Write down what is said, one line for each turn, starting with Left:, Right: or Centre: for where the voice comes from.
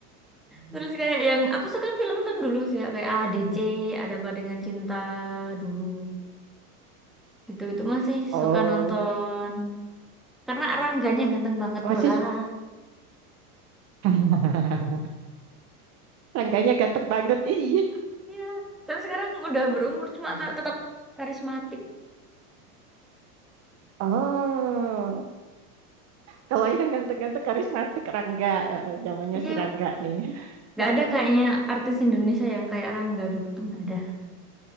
Centre: Terus kayak yang aku suka film-film dulu sih ya. kayak ADC, ada apa dengan cinta dulu. Gitu-gitu masih
Right: Oh,
Centre: suka nonton. Karena Rangganya ganteng banget
Right: masih
Centre: lah
Right: <laughs> Rangganya ganteng banget. Iya.
Centre: Iya. Tapi sekarang udah berumur cuma te- tetap karismatik.
Right: Oh, kalau yang ganteng-ganteng karismatik Rangga, eh, eh, zamannya
Centre: Iya.
Right: si Rangga nih. <laughs>
Centre: Gak
Right: Heeh.
Centre: ada kayaknya artis Indonesia yang kayak Rangga dulu tuh nggak ada.